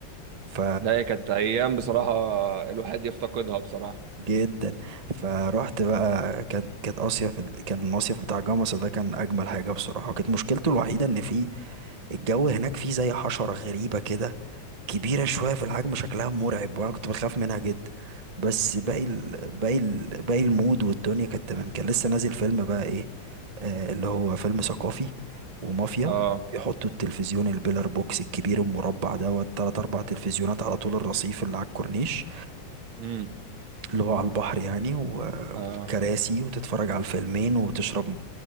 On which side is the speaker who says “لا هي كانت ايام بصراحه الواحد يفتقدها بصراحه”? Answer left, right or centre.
Right